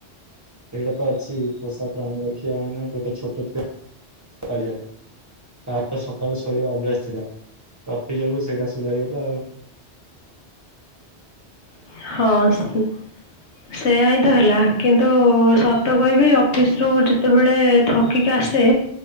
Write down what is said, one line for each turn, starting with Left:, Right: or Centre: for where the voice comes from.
Right: ଏଇଟା ତ ଅଛି ପୋଷା ପ୍ରାଣୀ ରଖିବା ମାନେ ଗୋଟେ ଛୋଟ ଛୁଆ ପାଳିବା। ତାର ତ ସକାଳୁ ଶୋଇବା ଅଭ୍ୟାସ ଥିଲା, ଟ୍ରଫି ଯୋଗୁ ସେଇଟା ସୁଧାରିଗଲା ଆଉ।
Left: ହଁ <unintelligible> ସେୟା ହିଁ ତ ହେଲା, କିନ୍ତୁ ସତ କହିବି ଅଫିସ୍ ରୁ ଯେତେବେଳେ ଥକିକି ଆସେ,